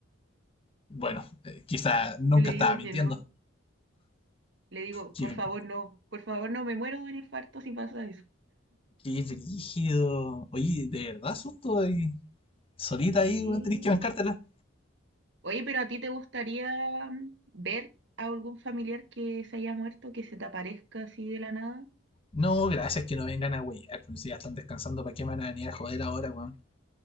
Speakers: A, on the left; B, on the right.
A: Bueno, eh, quizá nunca
B: Yo le digo
A: estaba mintiendo.
B: que no. Le digo,
A: Qué,
B: por favor, no. Por favor, no me muero de un infarto si pasa eso.
A: qué brígido. Oye, ¿de verdad, asunto? ahí? Solita
B: Sí.
A: ahí, güey, tenés que bancártela.
B: Oye, pero ¿a ti te gustaría mm, ver a algún familiar que se haya muerto, que se te aparezca así de la nada?
A: No, gracias que no vengan a huear. Pero Si ya están descansando, ¿para qué me van a venir a joder ahora, weón?